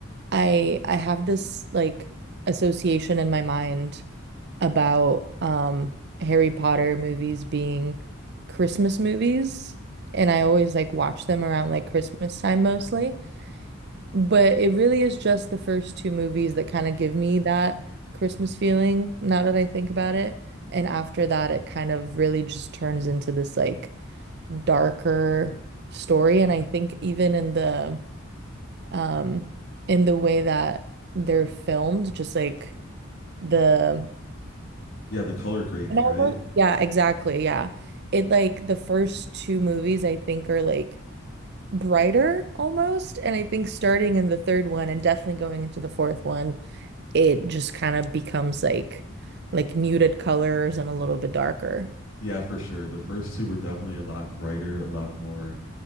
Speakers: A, on the right; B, on the left.
A: I I have this like association in my mind about um Harry Potter movies being Christmas movies, and I always like watch them around like Christmas time mostly. But it really is just the first two movies that kind of give me that Christmas feeling now that I think about it. And after that, it kind of really just turns into this like darker story. And I think even in the um in the way that they're filmed, just like the
B: Yeah, the color grading,
A: and almost
B: right?
A: yeah, exactly. Yeah. It like the first two movies I think are like brighter almost. And I think starting in the third one and definitely going into the fourth one, it just kind of becomes like like muted colors and a little bit darker.
B: Yeah, for sure. The first two were definitely a lot brighter, a lot more